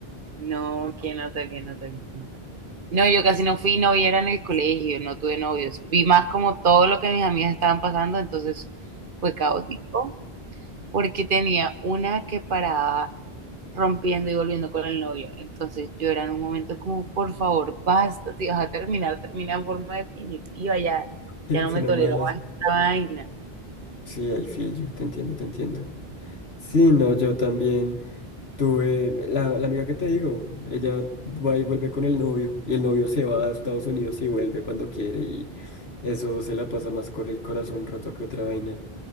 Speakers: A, on the right; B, on the left.
A: no, que nota, que nota, que nota. No, yo casi no fui novia era en el colegio, no tuve novios. Vi más como todo lo que mis amigas estaban pasando, entonces fue caótico, porque tenía una que paraba rompiendo y volviendo con el novio. Entonces yo era en un momento como, por favor, basta, si vas a terminar, termina en forma definitiva, ya,
B: <laughs>
A: ya no
B: será
A: me tolero
B: más.
A: más esta vaina.
B: Sí, I feel you, te entiendo, te entiendo. Sí, no, yo también tuve, la, la amiga que te digo, ella va y vuelve con el novio, y el novio se va a Estados Unidos y vuelve cuando quiere, y eso se la pasa más con el corazón roto que otra vaina.